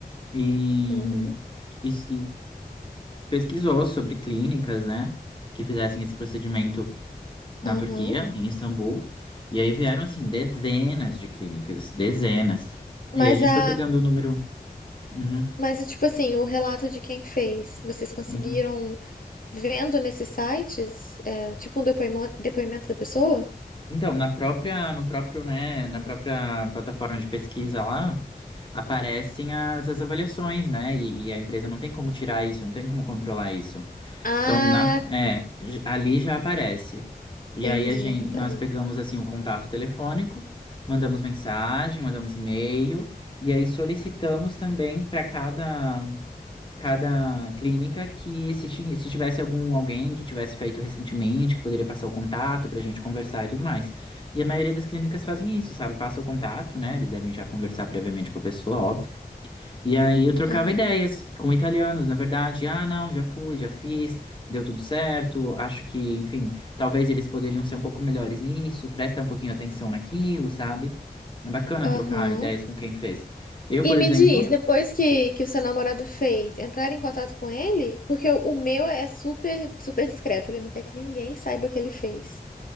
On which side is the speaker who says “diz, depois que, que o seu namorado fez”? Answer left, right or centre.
Left